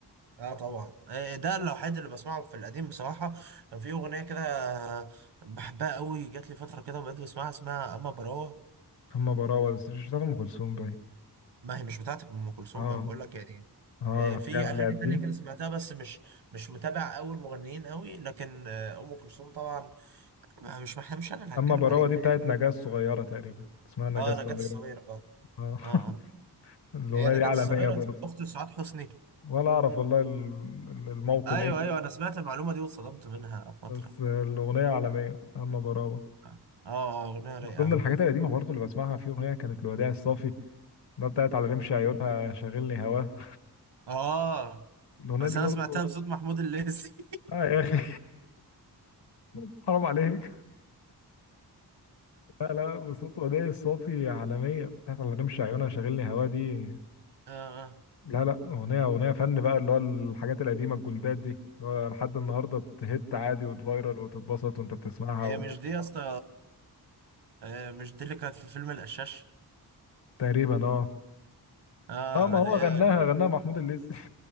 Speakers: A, on the right; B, on the left.
A: اه طبعا آه، ده الوحيد اللي بسمعه في القديم بصراحه كان في اغنيه كده آه، بحبها قوي جات لي فتره كده بقيت بسمعها اسمها اما براوه
B: أما براوة بس مش بتاعت أم كلثوم باين
A: ما هي مش بتاعت ام كلثوم
B: اه
A: ما بقول لك يعني
B: اه
A: آه، في
B: حاجة من
A: اغاني
B: اللي قديم
A: تانية كده سمعتها بس مش مش متابع قوي المغنيين قوي لكن آه، ام كلثوم طبعا ما- مش ما مش انا اللي هتكلم
B: أما براوة
A: عليها
B: دي بتاعت
A: يعني
B: نجاة الصغيرة تقريبا اسمها نجاة
A: اه
B: الصغيرة
A: نجاة الصغيره اه
B: آه.
A: اه
B: <laughs>
A: اه
B: الأغنية
A: هي نجاة
B: دي عالمية
A: الصغيره
B: برضه
A: اخت سعاد حسني
B: ولا أعرف والله ال- ال- الموطن
A: ايوه
B: إيه
A: ايوه انا سمعت المعلومه دي واتصدمت منها فتره
B: بس الأغنية عالمية أما براوة
A: اه اه اغنيه
B: من
A: رايقه
B: ضمن
A: قوي
B: الحاجات القديمة برضه اللي بسمعها في أغنية كانت الوداع الصافي اللي هي بتاعت على رمش عيونها شاغلني هواه
A: اه
B: الأغنية
A: بس
B: دي
A: انا
B: برضه
A: سمعتها بصوت محمود الليثي
B: <laughs> آه يا أخي <laughs> حرام عليك لا لا بصوت وداع الصافي عالمية بتاعت على رمش عيونها شاغلني هواه دي
A: <laughs> آه.
B: لا لا أغنية أغنية فن بقى اللي هو الحاجات القديمة الجولدات دي اللي هو لحد النهاردة تهت عادي وتفايرل وتتبسط وأنت بتسمعها
A: هي
B: و...
A: مش دي يا اسطى آه، مش دي اللي كانت في فيلم القشاش
B: تقريبا اه
A: اه
B: اه ما هو
A: اللي
B: غناها
A: هي
B: غناها محمود الليثي <laughs>